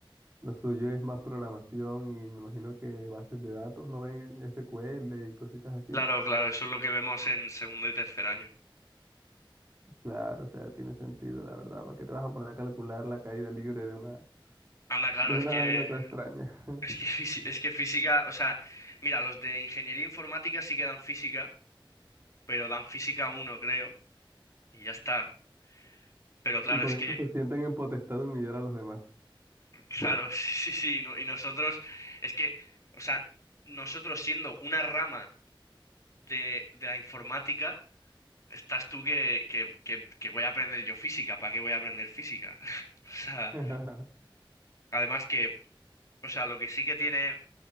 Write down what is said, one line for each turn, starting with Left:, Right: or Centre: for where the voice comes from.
Right: lo suyo es más programación y me imagino que bases de datos no ven SQL y cositas así?
Left: Claro, claro, eso es lo que vemos en segundo y tercer año.
Right: Claro, o sea, tiene sentido, la verdad. ¿Para qué te vas a poner a calcular la caída libre de una,
Left: Anda, claro,
Right: de una
Left: es que.
Right: vaina toda extraña? <laughs>
Left: Es que, fisi- es que física. O sea, mira, los de ingeniería informática sí que dan física. pero dan física uno creo, y ya está. Pero claro,
Right: Y con
Left: es
Right: esto
Left: que,
Right: se sienten en potestad de humillar a los demás.
Left: claro, <laughs> sí, sí, no- y nosotros, es que, o sea, nosotros siendo una rama de, de la informática, estás tú que, que, que, que voy a aprender yo física, ¿para qué voy a aprender física? <laughs> O sea,
Right: <laughs>
Left: además que, o sea, lo que sí que tiene,